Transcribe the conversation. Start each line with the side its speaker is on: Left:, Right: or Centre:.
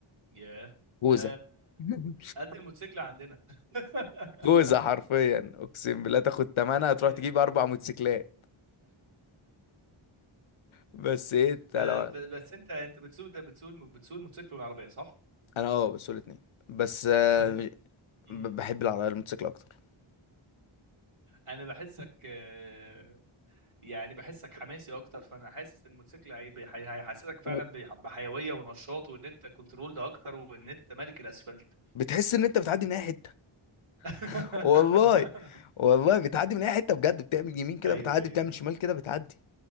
Right: ياه ده
Left: خوذه <laughs>
Right: قد الموتوسيكل عندنا <laughs>
Left: خوذه حرفيا اقسم بالله تاخد تمنها تروح
Right: ب...
Left: تجيب اربع موتوسيكلات بس ايه انت
Right: ب...
Left: لو
Right: بس انت انت بتسوق ده بتسوق بتسوق الموتوسيكل والعربية صح؟
Left: انا اه بسوق الاتنين بس آه،
Right: طب انت امم
Left: ب- بحب العربيه الموتوسيكل اكتر
Right: انا بحسك آه، يعني بحسك حماسي اكتر فانا حاسس ان الموتوسيكل هي- هي- هيحسسك فعلا
Left: و-
Right: بح- بحيويه ونشاط وان انت كنترول ده اكتر وان انت ملك الاسفلت
Left: بتحس ان انت بتعدي من اي حته
Right: <laughs>
Left: <laughs> والله والله بتعدي من اي حته بجد بتعمل يمين كده
Right: ايوه
Left: بتعدي
Right: ايوه
Left: بتعمل شمال كده بتعدي